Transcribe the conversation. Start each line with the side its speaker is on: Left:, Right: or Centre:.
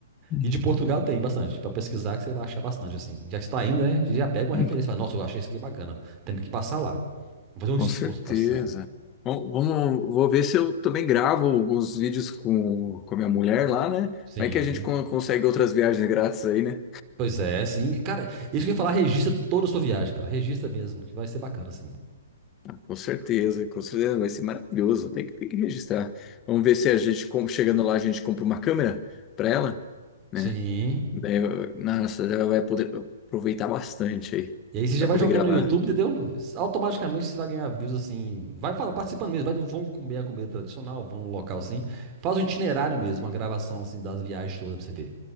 Left: hum,
Right: E de Portugal tem bastante, para pesquisar que você vai achar bastante, assim. Já que você tá indo, né, já pega uma
Left: hum.
Right: referência, fala, nossa, eu achei isso aqui bacana, temos que passar lá. Vou fazer um
Left: Com
Right: esforço
Left: certeza.
Right: pra passar.
Left: Bom, vamos, vou ver se eu também gravo alguns vídeos com, com a minha mulher lá, né?
Right: Sim,
Left: Vai que a gente con- consegue outras viagens grátis aí, né?
Right: pois é, sim. Cara, isso que eu ia falar, registra toda a sua viagem, cara, registra mesmo, que vai ser bacana, assim.
Left: Com certeza, com certeza, vai ser maravilhoso. Tem que, tem que registrar. Vamos ver se a gente, com- chegando lá, a gente compra uma câmera para ela, né?
Right: Sim.
Left: Daí, eh, nossa, daí ela vai poder aproveitar bastante aí
Right: E aí você já
Left: para
Right: vai
Left: poder
Right: jogando
Left: gravar.
Right: no YouTube, entendeu? Automaticamente você vai ganhar views, assim, vai fala, participando mesmo, vai, vão comer a comida tradicional, vão num local, assim, faz um itinerário mesmo, uma gravação, assim, das viagens todas pra você ver.